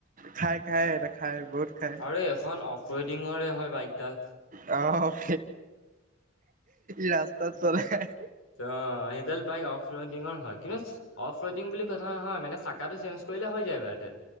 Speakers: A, on the right (about 40°); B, on the left (about 75°).
A: খাই খাই খাই বহুত খাই
B: আৰে এইখন অফ ৰইডিঙৰে হয় বাইকডাল
A: অহ, ৰাস্তাত চলাই
B: অ সেইডাল বাইক অফ ৰাইডিঙৰ হয় কিন্তু অফ ৰাইডিঙ বুলি কথা নহয় মানে চাকাটো চেঞ্জ কৰিলে হৈ যায় বাৰু।